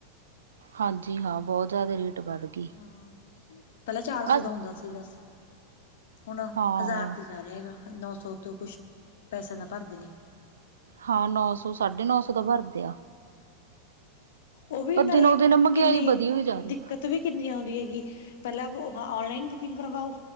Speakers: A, on the right; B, on the left.
A: ਹਾਂਜੀ ਹਾਂ ਬਹੁਤ ਜ਼ਿਆਦਾ ਰੇਟ ਵੱਧ ਗਈ
B: ਹਾਂ ਪਹਿਲਾਂ ਚਾਰ ਸੌ
A: ਅ
B: ਦੋ ਹੁੰਦਾ ਸੀ ਬਸ ਹੁਣ
A: ਹਾਂ
B: ਹਜ਼ਾਰ ਤੇ। ਜਾ ਰਿਹਾ ਹੈਗਾ ਨੋ ਸੋ ਤੋਂ ਕੁਝ ਪੈਸਿਆਂ ਦਾ ਘਰ ਦੇ ਨਹੀਂ।
A: ਹਾਂ ਨੋ ਸੋ ਸਾਢੇ ਨੋ ਸੋ ਦਾ ਭਰਦੇ ਆ।
B: ਉਹ ਵੀ
A: ਪਰ
B: ਨਾਲੇ
A: ਦਿਨੋ ਦਿਨ ਮਹਿੰਗਾਈ
B: ਕਿੰਨੀ
A: ਵਧੀ ਹੋਈ ਜਾ ਰਹੀ
B: ਦਿੱਕਤ
A: ਆ
B: ਵੀ। ਕਿੰਨੀ ਆਉਂਦੀ ਹੈਗੀ ਪਹਿਲਾਂ ਔਨਲਾਈਨ ਬੁਕਿੰਗ ਕਰਵਾਓ।